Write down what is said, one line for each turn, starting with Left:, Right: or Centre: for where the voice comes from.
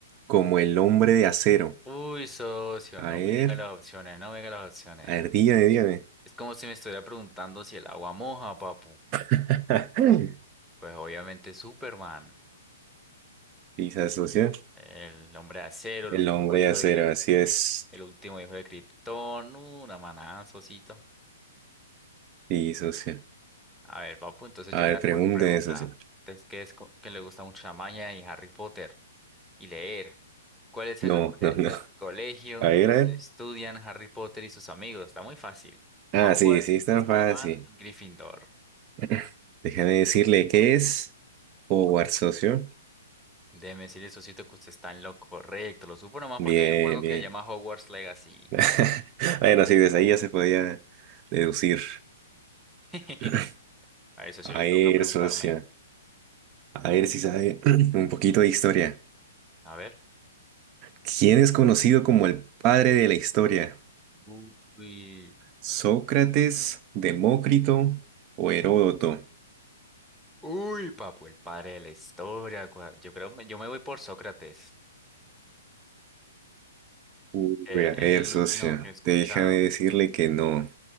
Right: como el hombre de acero?
Centre: Uy, socio,
Right: A
Centre: no
Right: ver,
Centre: me diga las opciones, no me diga las opciones.
Right: a ver, dígame, dígame.
Centre: Es como si me estuviera preguntando si el agua moja, papu.
Right: <laughs>
Centre: Pues obviamente Superman,
Right: Sí, socio.
Centre: el hombre de acero, el
Right: El
Centre: último
Right: hombre de
Centre: hijo
Right: acero,
Centre: de Krypton,
Right: así es.
Centre: el último hijo de Krypton, una manada, socito.
Right: Sí, socio.
Centre: A ver, papu, entonces
Right: A
Centre: yo le
Right: ver,
Centre: hago
Right: pregunte,
Centre: una pregunta.
Right: socio.
Centre: Entonces, ¿qué es co- que le gusta mucho la maña y Harry Potter? Y leer. ¿Cuál es
Right: No,
Centre: el nombre
Right: no, no.
Centre: del colegio
Right: A ver,
Centre: donde
Right: a ver.
Centre: estudian Harry Potter y sus amigos? Está muy fácil.
Right: Ah,
Centre: Hogwarts,
Right: sí, sí, está
Centre: Azkaban,
Right: fácil.
Centre: Gryffindor.
Right: <clears throat> Déjame decirle qué es Howard Socio.
Centre: Déjeme decirle, socito, que usted está en lo correcto. Lo supo nomás
Right: Bien,
Centre: porque hay un juego
Right: bien.
Centre: que se llama Hogwarts Legacy.
Right: <laughs> Bueno, sí, desde ahí ya se podía deducir.
Centre: <laughs>
Right: <clears throat>
Centre: A eso se
Right: A
Centre: le
Right: ver,
Centre: toca preguntarme.
Right: socio. A ver si sabe <clears throat> un poquito de historia.
Centre: A ver.
Right: ¿Quién es conocido como el padre de la historia?
Centre: Uy.
Right: ¿Sócrates, Demócrito o Heródoto?
Centre: Uy, papu, el padre de la historia. cua- Yo creo, me- yo me voy por Sócrates.
Right: Uy,
Centre: Eh,
Right: a
Centre: es
Right: ver,
Centre: el
Right: socio.
Centre: último que he escuchado.
Right: Déjame decirle que no.